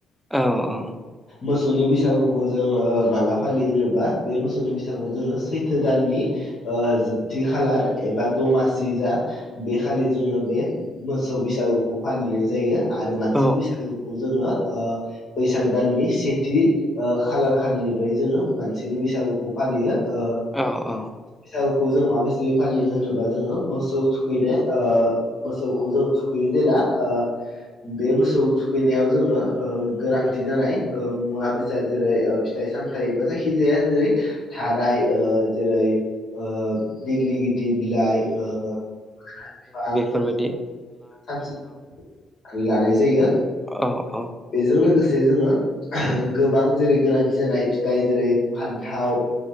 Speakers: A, in the centre; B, on the left (about 55°).
A: औ औ
B: मोसौनि बैसागुखौ जों ओ माला फालियोबा बे मोसौनि बैसागु जोङो सैथो दाननि ओ जोबथि खालार एबा दमासि जा बे खालि जोंङो बे मोसौ बैसागुखौ फालिनाय जायो। आरो मानसि
A: औ
B: बैसागुखौ जोंङो बैसाग दाननि सेथि ओ खालार खालिनिफ्राय जोंङो मानसिनि बैसागुखौ फालियो ओ
A: औ औ
B: बैसागुखौ जों माबेसे फालियो होनोबा जोंङो मोसौ थुखैनाय मोसौखौ जों थुखैयो जेला ओ बे मोसौ थुखैनायाव जोंङो ओ गोनांथि जानाय ओ मुवा बेसाद जेरै ओ फिथाय सामथाइ एबा जायखिजाया जेरै थाराइ ओ जेरै ओ दिग्लिग दि बिलाइ ओ बिफां
A: फोरबायदि
B: सानसे गोरनानै लानाय जायो
A: औ औ
B: बेजों लोगोसे जोंङो ओह गोबां जेरै गोनांथि जानाय फिथाइ जेरै फान्थाव